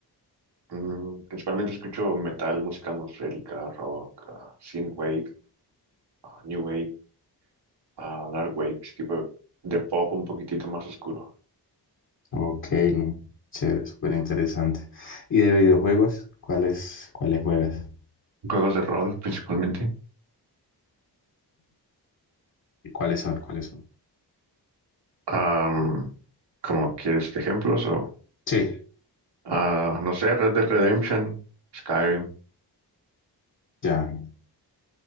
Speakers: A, on the right; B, on the left.
A: Mm, principalmente escucho metal, música atmosférica, rock, ah, synthwave, ah, new wave, ah, dark wave, ese tipo de de pop un poquitito más oscuro.
B: Ok, no, chévere, súper interesante. ¿Y de videojuegos? ¿Cuáles, cuáles juegas?
A: Juegos de rol, principalmente.
B: ¿Y cuáles son? ¿Cuáles son?
A: Am, ¿cómo quieres ejemplos? O,
B: Sí,
A: ah, no sé, Red Dead Redemption, Skyrim.
B: ya.